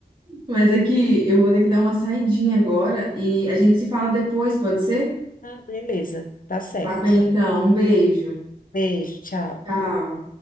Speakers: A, on the right; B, on the left.
A: Mas é que eu vou ter que dar uma saidinha agora e a gente se fala depois, pode ser?
B: Ah, beleza, tá certo.
A: Tá bem, então. Um beijo.
B: Beijo, tchau.
A: Tchau.